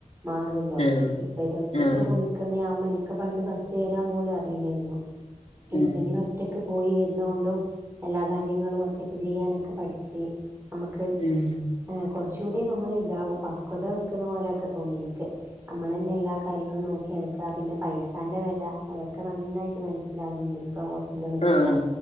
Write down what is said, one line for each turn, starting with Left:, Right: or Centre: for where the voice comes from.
Right: മാറല്ലോ
Left: ആഹ്
Right: ഇപ്പ ഇതൊറ്റക്ക്
Left: ആഹ്
Right: പോ നിക്ക് ക്ക്ന്ന്യാവുമ്പോ എനിക്ക് പണ്ട് ബസ് കേറാൻ പോലും അറിയില്ലാര്ന്നു
Left: ഉം
Right: ഇപ്പങ്ങനെ ഒറ്റ പോയി വെര്ന്നോണ്ടും എല്ലാ കാര്യങ്ങളും ഒറ്റക്ക് ചെയ്യാനൊക്കെ പഠിച്ച് നമക്ക്
Left: ഉം
Right: എഹ് കുറച്ചുടി നമ്മൾ ഇതാവും പക്വത വെക്കുന്ന പോലെയൊക്കെ തോന്നി എനിക്ക് നമ്മള്ന്നെ എല്ലാ കാര്യങ്ങളും നോക്കിടുക്ക പിന്നെ പൈസ് ൻ്റെ വെല അതൊക്കെ നന്നായിട്ട് മനസ്സിലാവുന്നുണ്ട് ഇപ്പ ഹോസ്റ്റലില് നിക്കുമ്പോ
Left: ആഹ്